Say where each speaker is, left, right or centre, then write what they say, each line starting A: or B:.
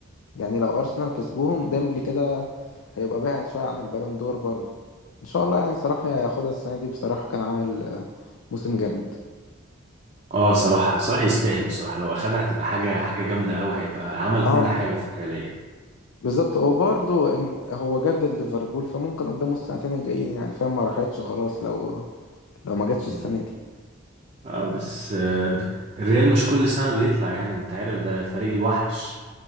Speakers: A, on the left (about 75°); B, on the right (about 30°).
A: يعني لو ارسنال كسبوهم ديمبلي كده هيبقى بعد شويه عن البالون دور برضو ان شاء الله يعني صلاح هياخدها السنه دي بصراحه كان عامل آه، موسم جامد
B: اه صراحة صراحة يستاهل بصراحة لو اخدها هتبقى حاجة حاجة جامدة قوي هيبقى عمل
A: اه
B: كل حاجة في حاليا
A: بالظبط هو برضو الم- هو جدد ليفربول فممكن قدامه السنتين الجايين يعني فاهم ما راحتش خلاص لو لو ما جاتش
B: مم.
A: السنه دي
B: اه بس آه ب... الريال مش كل سنة بيطلع يعني انت عارف ده فريق الوحش